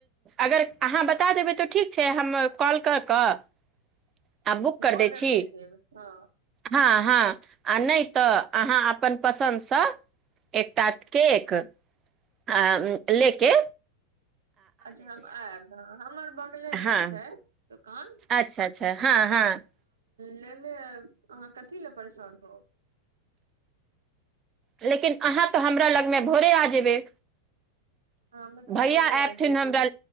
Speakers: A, on the right (about 25°); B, on the right (about 65°).
A: अगर अहाँ बता देबै तऽ ठीक छै हम कॉल कऽ कऽ आ आ बुक कर
B: ऑर्डर
A: दै छी
B: दे देब हँ
A: हँ हाँ आ नै त अहाँ अप्पन पसंद स एकटा केक आ लेके
B: अच्छा हम आयब हमर ब लमे
A: हँ
B: छै दोकान
A: अच्छा अच्छा हँ हँ
B: लेने अएब अहाँ कथि ला परेशान होब
A: लेकिन अहाँ तऽ हमरा लगमे भोरे आ जेबै
B: हमे तऽ
A: भैया
B: भोरे आ
A: एयथिन
B: जेबै
A: हमरा